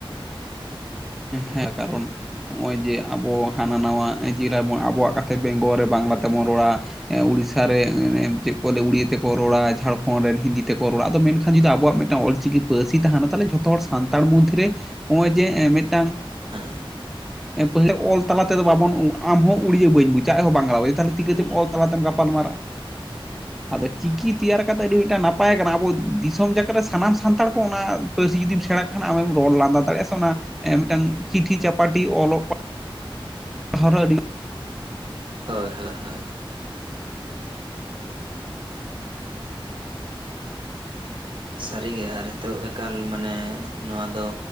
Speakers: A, in the centre; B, on the right.
A: ᱦᱮᱸ ᱠᱟᱨᱚᱱ ᱦᱚᱜᱼᱚᱭ ᱡᱮ ᱟᱵᱚ ᱦᱟᱱᱟ ᱱᱟᱣᱟ ᱟᱹᱡᱤᱨᱟᱵᱚᱱ
B: ᱦᱩᱸ
A: ᱟᱵᱚᱣᱟᱜ ᱠᱟ ᱥᱮ ᱵᱮᱝᱜᱚᱞ ᱨᱮ ᱵᱟᱝᱞᱟ ᱛᱮᱵᱚᱱ ᱨᱚᱲᱟ ᱾ ᱮ ᱩᱲᱤᱥᱥᱟ ᱨᱮ ᱪᱮᱫ ᱠᱚ ᱞᱟᱹᱭᱟ ᱩᱲᱤᱭᱟᱹ ᱛᱮᱠᱚ ᱨᱚᱲᱟ, ᱡᱷᱟᱲᱠᱷᱚᱸᱰ ᱨᱮᱱ ᱦᱤᱱᱫᱤ ᱛᱮᱠᱚ ᱨᱚᱲᱟ ᱟᱫᱚ ᱢᱮᱱᱠᱷᱟᱱ ᱡᱩᱫᱤ ᱟᱵᱚᱣᱟᱜ ᱢᱤᱫ ᱴᱟᱝ ᱚᱞᱪᱤᱠᱤ ᱯᱟᱹᱨᱥᱤ ᱛᱟᱦᱮᱱᱟ, ᱛᱟᱦᱚᱞᱮ ᱡᱷᱚᱛᱚ ᱦᱚᱲ ᱥᱟᱱᱛᱟᱲ ᱢᱚᱫᱽᱫᱷᱮᱨᱮ ᱦᱚᱜᱼᱚᱭ ᱡᱮ ᱢᱤᱫᱴᱟᱝ
B: ᱦᱮᱸ ᱾
A: ᱮ ᱯᱟᱹᱦᱤᱞᱟᱜ ᱚᱞ ᱛᱟᱞᱟ ᱛᱮᱫᱚ ᱵᱟᱵᱚᱱ ᱩᱸ ᱟᱢ ᱦᱚᱸ ᱩᱲᱤᱭᱟ ᱵᱟᱹᱧ ᱵᱩᱡᱟ ᱟᱡ ᱦᱚᱸ ᱵᱟᱝᱞᱟ ᱵᱟᱭ ᱛᱟᱦᱚᱞᱮ ᱛᱤᱠᱟᱹᱛᱮᱢ ᱟᱞ ᱛᱟᱞᱟᱛᱮᱢ ᱜᱟᱯᱟᱞ ᱢᱟᱨᱟᱨᱟᱜᱼᱟ, ᱟᱫᱚ ᱪᱤᱠᱤ ᱛᱮᱭᱟᱨ ᱠᱟᱛᱮ ᱟᱹᱰᱤ ᱢᱤᱫᱴᱟᱝ ᱱᱟ ᱯᱟᱭ ᱠᱟᱱᱟ ᱟᱵᱚ ᱫᱤᱥᱚᱢ ᱡᱟᱠᱟᱛ ᱨᱮ ᱥᱟᱱᱟᱢ ᱥᱟᱱᱛᱟᱲ ᱠᱚ ᱚᱱᱟ ᱯᱟᱹᱨᱥᱤ ᱡᱩᱫᱤᱢ ᱥᱮᱬᱟ ᱠᱷᱟᱱ ᱟᱢᱮᱢ ᱨᱚᱲ ᱞᱟᱸᱫᱟ ᱫᱟᱲᱮᱭᱟᱜᱼᱟ ᱥᱮ ᱚᱱᱟ ᱮ ᱢᱤᱫᱴᱟᱝ ᱪᱤᱴᱷᱤ ᱪᱟᱯᱟᱴᱤ ᱚᱞᱚᱜ ᱯᱟ ᱦᱟᱣ ᱨᱮ ᱟᱹᱰᱤ
B: ᱦᱳᱭ ᱦᱳᱭ ᱦᱳᱭ ᱾ ᱥᱟᱹᱨᱤᱜᱮ ᱟᱨ ᱦᱤᱛᱚᱜ ᱮᱠᱟᱞ ᱢᱟᱱᱮ ᱱᱚᱣᱟ ᱫᱚ